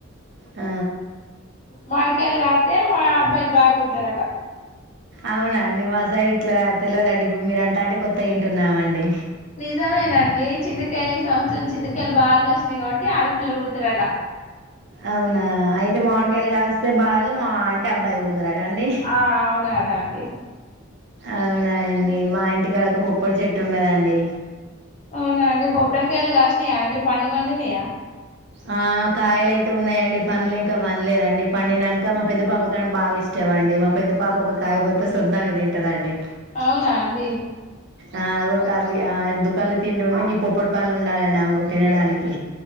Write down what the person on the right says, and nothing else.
ఆ
అవునా అండి మా సైడ్ ఇట్లా తెలవదు అండి ఇప్పుడు మీరు అంటా ఉంటే కొత్తగా వింటున్నాము అండి
అవునా అయితే మాడికాయలు కాస్తే బాగా మా అంటే అబ్బాయి పుడతారు అట అండీ
అవునాండి మా ఇంటికాడ ఒక కొబ్బరి చెట్టు ఉన్నదండీ
ఆ కాయలయితే ఉన్నాయండిపండ్లు ఇంకా పన్లేదండి. పండినంక మా పెద్ద పాప కాని బాగా ఇష్టం. ఏమొండి మా పెద్ద పాప ఒక కాయ కోత్తే శుద్ధంగా తింటదండి
ఆ! ఒక అవి ఆ దుకాణలు తిండింటే గి పొప్పుడి పండ్లు ఉండాలండి ఆమెకు తినడానికి